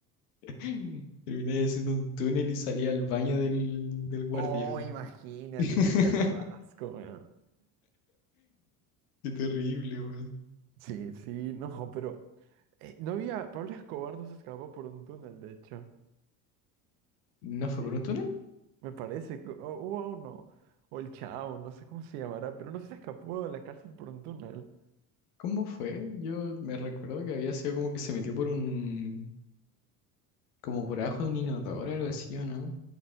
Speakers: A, on the left (about 85°); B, on the right (about 75°).
A: <laughs> terminé haciendo un túnel y salí al baño del, del guardia.
B: Oh, imagínate,
A: <laughs>
B: qué perro asco, weón.
A: Qué terrible, weón.
B: Sí, sí, no, pero eh, no había, Pablo Escobar no se escapó por un túnel, de hecho.
A: ¿No
B: Que sí,
A: fue por un túnel?
B: me parece que o- hubo uno, o el Chao, no sé cómo se llamará, pero no se escapó de la cárcel por un túnel.
A: ¿Cómo fue? Yo me recuerdo que había sido como que se metió por un, como por abajo de un inodoro o algo así, ¿o no?